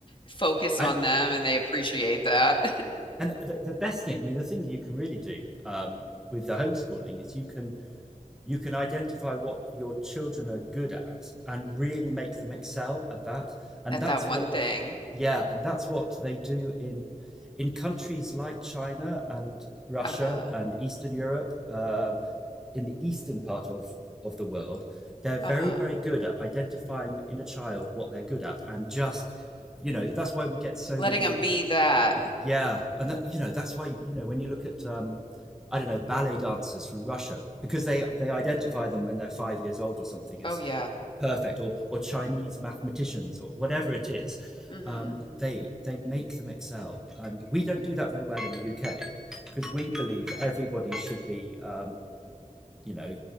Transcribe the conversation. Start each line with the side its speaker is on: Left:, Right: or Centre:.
Left: focus
Centre: and
Left: on them and they appreciate that
Centre: and the, the best thing, I mean, the thing you can really do um, with the homeschooling is you can you can identify what your children are good at and really make them excel at that.
Left: <laughs>
Centre: And
Left: at
Centre: that's
Left: that one
Centre: what
Left: thing.
Centre: Yeah, and that's what they do in in countries like China and Russia
Left: Uh-huh.
Centre: and Eastern Europe, um, in the eastern part of of the world, they're
Left: Uh-huh.
Centre: very, very good at identifying in a child what they're good at and just, you know, that's why we get so
Left: Letting
Centre: many.
Left: them be that.
Centre: Yeah, and that you know that's why you know when you look at um, I don't know ballet dancers from Russia because they they identify them when they're five years old or something as
Left: Oh yeah.
Centre: perfect or or Chinese mathematicians or whatever it is.
Left: Mm-hmm.
Centre: Um, they they make them excel, and we don't do that very well in the UK because we believe everybody should be um, you know